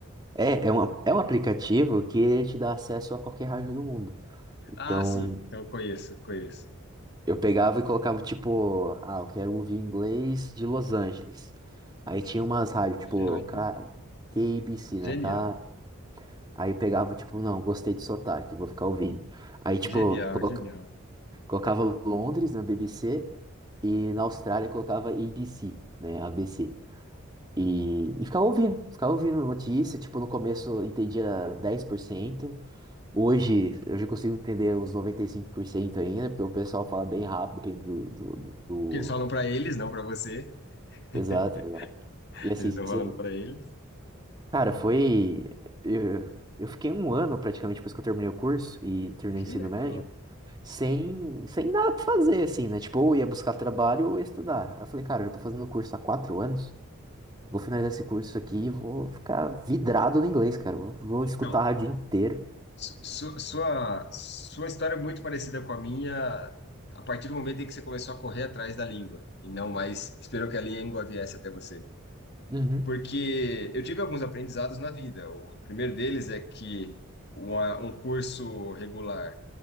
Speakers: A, on the right; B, on the left.
A: É, é um, é um aplicativo que ele te dá acesso a qualquer rádio do mundo. Então,
B: Ah, sim, Então, eu conheço, conheço.
A: eu pegava e colocava, tipo, ah, eu quero ouvir inglês de Los Angeles. Aí tinha umas rádios,
B: Pô,
A: tipo,
B: Rádio,
A: K... KBC, né?
B: genial,
A: K... Aí pegava, tipo, não, gostei de sotaque, vou ficar ouvindo. Aí, tipo,
B: genial,
A: coloca-
B: genial.
A: colocava Londres na BBC e na Austrália colocava ABC, né? ABC. E, e ficava ouvindo, ficava ouvindo notícia, tipo, no começo eu entendia dez por cento Hoje, hoje eu consigo entender uns 95% ainda, porque o pessoal fala bem rápido, depende do, do, do-
B: Porque
A: do-
B: eles falam para eles, não para você. <laughs>
A: Exato, exato. E assim,
B: Eles estão
A: cê-
B: falando para eles.
A: cara, foi... Eu, eu fiquei um ano, praticamente, depois que eu terminei o curso e terminei
B: Que
A: o ensino
B: legal.
A: médio, sem, sem nada pra fazer, assim, né? Tipo, ou ia buscar trabalho ou ia estudar. Eu falei, cara, eu tô fazendo o curso há quatro anos, vou finalizar esse curso aqui e vou ficar vidrado no inglês, cara. Vou, vou
B: Então,
A: escutar a rádio inteiro.
B: Su- su- Sua, sua história é muito parecida com a minha, a partir do momento em que você começou a correr atrás da língua, e não mais esperou que a língua viesse até você.
A: Uhum.
B: Porque eu tive alguns aprendizados na vida. O primeiro deles é que uma, um curso regular